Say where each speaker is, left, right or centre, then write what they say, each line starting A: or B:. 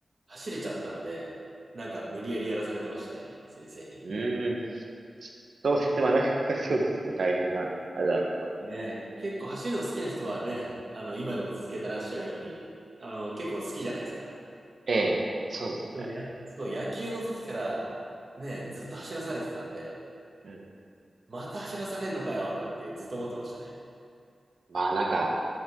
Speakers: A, on the right (about 50°); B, on the right (about 70°).
A: 走れちゃったんで、なんか無理やりやらされてましたね、先生に。
B: うーん。そうですね。まあなかなかそうですね。大変な、あれだと思う。
A: ね、結構走るの好きな人はね、あの、今でも続けてらっしゃるように、あの、結構好きじゃないですか。
B: ええ、そうですね。
A: でもや、そう、野球の時からね、ずっと走らされてたんで、
B: うん。
A: また走らされんのかよ、なんてずっと思ってましたね。
B: まあなんか、